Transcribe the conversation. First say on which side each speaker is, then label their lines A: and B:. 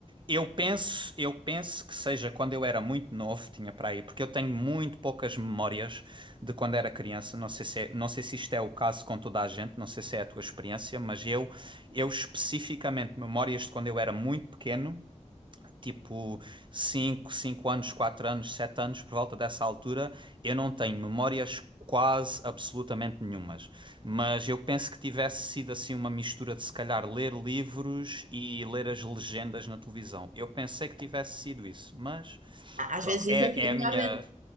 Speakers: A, on the right (about 40°); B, on the right (about 80°).
A: Eu penso, eu penso que seja quando eu era muito novo, tinha para aí, porque eu tenho muito poucas memórias de quando era criança. Não sei se é- não sei se isto é o caso com toda a gente, não sei se é a tua experiência, mas eu, eu especificamente memórias de quando eu era muito pequeno tipo cinco cinco anos, 4 anos, 7 anos, por volta dessa altura, eu não tenho memórias quase absolutamente nenhumas. Mas eu penso que tivesse sido assim uma mistura de se calhar ler livros e ler as legendas na televisão. Eu pensei que tivesse sido isso, mas
B: Às
A: pronto,
B: vezes dizem
A: é,
B: que é
A: é
B: melhor,
A: a minha,
B: né?